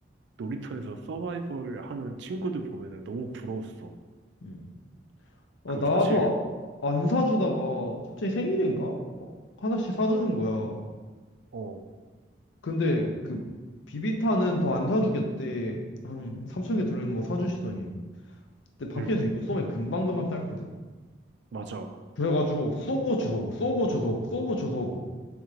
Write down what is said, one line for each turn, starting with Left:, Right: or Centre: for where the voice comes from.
Right: 놀이터에서 서바이벌 하는 친구들 보면은 너무 부러웠어.
Left: 음. 아,
Right: 그
Left: 나도
Right: 사실
Left: 아- 안 사주다가 갑자기 생일인가? 뭐 하나씩 사주는 거야.
Right: 어
Left: 근데 그 비비탄은 더 안 사주겠대. 한 3,000개 들어있는 거 사주시더니. 근데 밖에서
Right: 음.
Left: 이거 쏘면 금방금방 딸거든?
Right: 맞아.
Left: 그래가지고 쏘고 주소고 쏘고 주소고 쏘고 주소고